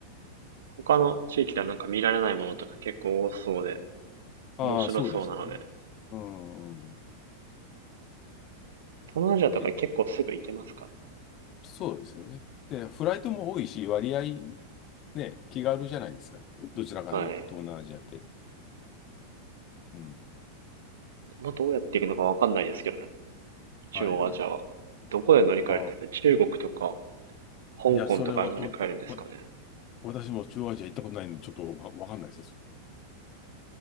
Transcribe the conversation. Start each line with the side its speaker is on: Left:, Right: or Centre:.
Right: 他の地域ではなんか見られないものとか結構多そうで、
Left: ああ、
Right: 面白そうなので、
Left: そうですよね。うん、うん
Right: 東南アジアとか結構すぐ行けますか
Left: え、そうですよね。で、フライトも多いし、割合ね、気軽じゃないですか。どちらかで言うと、
Right: ら。はい。
Left: 東南アジアって。うん。
Right: まあ、どうやって行くのかわかんないですけどね。中央アジアは。
Left: はいはい。あ
Right: どこで乗り換えるんですかね。
Left: あ、
Right: 中国とか、香港とかで乗り換えるんですかね。
Left: いや、それは、わわわ私も中央アジア行ったことないんで、ちょっとわわかんないです。